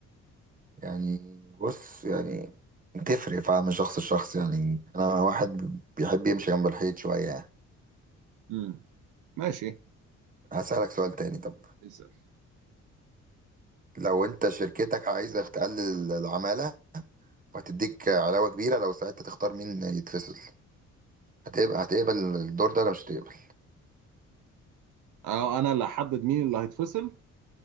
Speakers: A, on the right; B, on the right.
A: يعني بص يعني تفرق فعلا من شخص لشخص يعني انا واحد بيحب يمشي جنب الحيط شوية يعني
B: امم ماشي
A: هسألك سؤال تاني طب
B: اسال
A: لو انت شركتك عايزة تقلل العمالة وهتديك علاوة كبيرة لو ساعتها تختار مين يتفصل هتقبل هتقبل الدور ده ولا مش هتقبل
B: اه انا اللي هحدد مين اللي هيتفصل